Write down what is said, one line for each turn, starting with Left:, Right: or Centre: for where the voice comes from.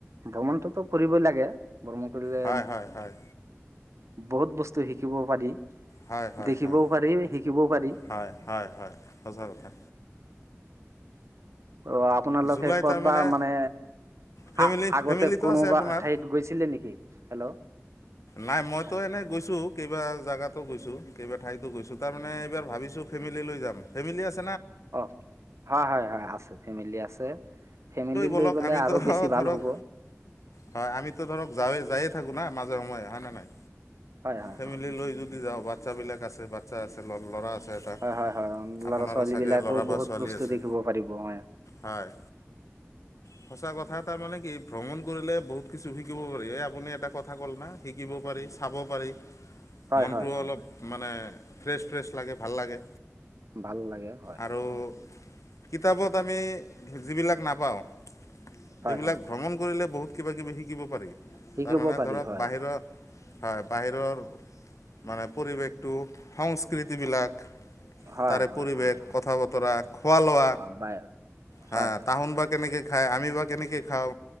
Right: ভ্ৰমণটোতো কৰিবই লাগে ভ্ৰমণ কৰিলে।
Left: হয় হয় হয়
Right: বহুত বস্তু শিকিব পাৰি।
Left: হয়, হয়।
Right: দেখিবও
Left: হয়
Right: পাৰি শিকিবও পাৰি। <inaudible>
Left: হয় হয় হয় সঁচা কথা
Right: ত' আপোনালোকে
Left: জুলাই
Right: ক'ত
Left: তাৰমানে
Right: বা মানে।
Left: ফেমিলি
Right: আ আগতে
Left: ফেমিলিটো
Right: কোনোবা
Left: আছে আপোনাৰ
Right: ঠাইত গৈছিলে নেকি হেল্ল'।
Left: নাই মইতো
Right: হয়
Left: এনে গৈছোঁ কিবা। জাগাতো গৈছোঁ। কেইবা ঠাইতো গৈছোঁ। তাৰমানে এইবাৰ ভাবিছোঁ ফেমিলি লৈ যাম। ফেমিলি আছ।
Right: অ' হয় হয় হয়, আছে ফেমিলি আছে। ফেমিলি
Left: ব'লক
Right: লৈ গ'লে
Left: আমিতো
Right: আৰু বেছি ভাল
Left: ধৰক
Right: হ'ব।
Left: হয় আমিতো ধৰক যাৱে যায়ে থাকো না মাজে সময়ে হয় নে নাই।
Right: হয়, হয়,
Left: ফেমিলি
Right: হয়।
Left: লৈ যদি যাওঁ, বাচ্ছা বিলাক আছে বাচ্ছা আছে ল'ৰা আছে। এটা
Right: হয় হয় হয়
Left: আপোনাৰো
Right: লৰা-ছোৱালী
Left: চাগে
Right: বিলাকেও
Left: ল'ৰা বা
Right: বহুত
Left: ছোৱালী
Right: বস্তু
Left: আছে
Right: দেখিব পাৰিব হয়।
Left: হয় সঁচা কথা এটা মানে কি ভ্ৰমণ কৰিলে বহুত কিছু শিকিব পাৰি। এই আপুনি এটা কথা কল না শিকিব পাৰি। চাব পাৰি,
Right: হয়,
Left: মনটোও
Right: হয়, হয়,
Left: অলপ মানে ফ্ৰেছ ফ্ৰেছ লাগে ভাল লাগে।
Right: ভাল লাগে হয়।
Left: আৰু কিতাপত আমি যিবিলাক নাপাওঁ,
Right: হয়,
Left: সেইবিলাক
Right: হয়,
Left: ভ্ৰমণ কৰিলে বহুত। কিবাকিবি শিকিব পাৰি,
Right: শিকিব
Left: তাৰমানে
Right: পাৰি
Left: ধৰক
Right: হয়।
Left: বাহিৰৰ। হয় বাহিৰৰ মানে পৰিৱেশটো, সংস্কৃতিবিলাক।
Right: হয়,
Left: তাৰে
Right: হয়,
Left: পৰিৱেশ
Right: হয়,
Left: কথা-বতৰা খোৱা-লোৱা।
Right: অ', বাই
Left: হা
Right: হয়,
Left: তাহুন বা কেনেকৈ খায়, আমি বা কেনেকৈ খাওঁ।